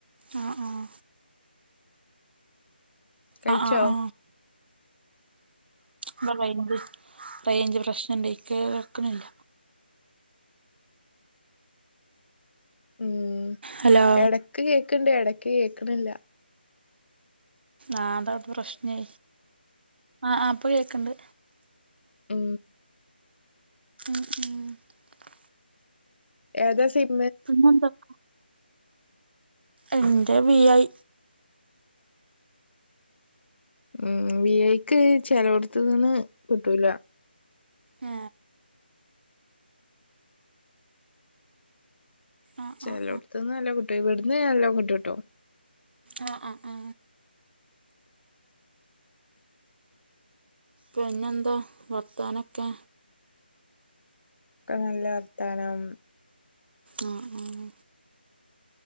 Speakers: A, on the right (about 65°); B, on the left (about 80°).
A: ആഹ് ആഹ്
B: കഴിച്ചോ
A: ആ ആ ആ
B: <inaudible>
A: ഇവിടെ റെയ്ഞ്ച് റേഞ്ച് പ്രശ്നണ്ട് കേക്നില്ല
B: ഉം
A: ഹലോ
B: എടക്ക് കേക്കണ്ട് എടക്ക് കേക്കണില്ല
A: ആ അതാ അവിത്തെ പ്രശ്നേ ആ ആ ഇപ്പൊ കേക്കണ്ട്
B: മ്
A: മ്‌ മ്
B: ഏ താ സിം
A: പിന്നെ എന്തൊക്ക എന്റെ വി ഐ
B: ഉം വി ഐക്ക് ചെലോടുത്തൂനിന്ന് കിട്ടൂല
A: ആ ആഹ്
B: ചിലോടത്തീന്ന്
A: ആഹ്
B: നല്ലോമ് കിട്ടു ഇവിടുന്ന് നല്ലോ മ് കിട്ടൂട്ടോ
A: ആ ആ ആ
B: <inaudible>
A: പിന്നെന്താ വർത്താനൊക്കെ
B: ഒക്കെ നല്ല വർത്താനം
A: ആ ഉം